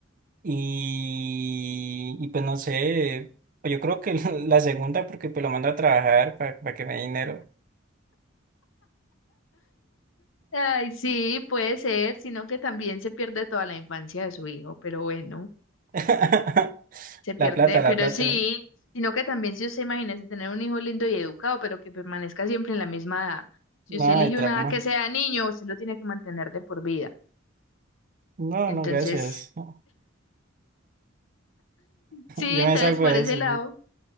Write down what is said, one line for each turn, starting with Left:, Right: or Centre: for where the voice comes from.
Right: Y, y pues no sé, pues yo creo que <laughs> la segunda porque pues lo mando a trabajar para que me dé dinero.
Left: Ay, sí, puede ser, sino que también se pierde toda la infancia de su hijo, pero bueno,
Right: <laughs>
Left: se pierde,
Right: La plata,
Left: pero
Right: la plata.
Left: sí, sino que también si usted imagínese tener un hijo lindo y educado, pero que permanezca siempre en la misma edad. Si usted
Right: Nada
Left: elige
Right: de trauma.
Left: una edad que sea niño, usted lo tiene que mantener de por vida.
Right: No,
Left: Entonces,
Right: no, gracias. <laughs>
Left: sí,
Right: Yo
Left: entonces
Right: me salgo
Left: por
Right: de
Left: ese
Right: eso.
Left: lado,